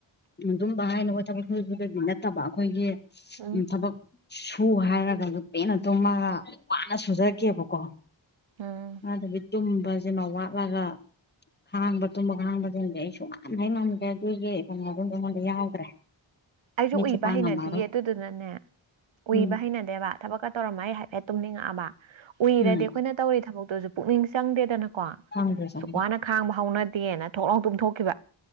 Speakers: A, on the left; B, on the right.
A: ꯑꯗꯨꯝꯕ ꯍꯥꯏꯅꯕ ꯊꯕꯛ ꯁꯨꯔꯤꯁꯤꯡꯗꯒꯤ ꯅꯠꯇꯕ ꯑꯩꯈꯣꯏꯒꯤ <inaudible>
B: ꯎꯝ
A: ꯊꯕꯛ ꯁꯨ ꯍꯥꯏꯔꯒꯁꯨ ꯄꯦꯟꯅ ꯇꯨꯝꯃꯒ ꯋꯥꯅ ꯁꯨꯖꯒꯦꯕꯀꯣ <inaudible>
B: ꯎꯝ
A: ꯇꯨꯝꯕ ꯁꯤꯃ ꯋꯥꯠꯂꯒ ꯈꯥꯡꯕ ꯇꯨꯝꯕꯒ ꯈꯥꯡꯕ ꯇꯝꯗꯤ ꯑꯩ ꯁꯨꯝ <inaudible> ꯀꯩꯅꯣ ꯑꯗꯨꯝꯗꯤ ꯑꯩꯉꯣꯟꯗ ꯌꯥꯎꯗ꯭ꯔꯦ
B: ꯑꯩꯁꯨ
A: ꯃꯤꯠꯁꯦ
B: ꯎꯏꯕ
A: ꯄꯥꯡ
B: ꯍꯩꯅꯗꯤꯌꯦ
A: ꯉꯝꯃꯔꯣꯏ
B: ꯑꯗꯨꯗꯨꯅꯅꯦ
A: ꯎꯝ
B: ꯎꯏꯕ ꯍꯩꯅꯗꯤ ꯗꯕ ꯊꯕꯛꯀ ꯇꯔꯝ ꯍꯥꯏꯐꯦꯠ ꯇꯨꯝꯅꯤꯡꯉꯛꯑꯕ ꯎꯏꯔꯗꯤ
A: ꯎꯝ
B: ꯑꯩꯈꯣꯏꯅ ꯇꯧꯔꯤ ꯊꯕꯛꯇꯨꯁꯨ ꯄꯨꯛꯅꯤꯡ ꯆꯪꯗꯦꯗꯅꯀꯣ
A: ꯆꯪꯗꯦ ꯆꯪꯗꯦ
B: ꯁꯨꯛ ꯋꯥꯅ ꯈꯥꯡꯕ ꯍꯧꯅꯗꯦꯅ ꯊꯣꯛꯂꯥꯎ ꯇꯨꯝꯊꯣꯛꯈꯤꯕ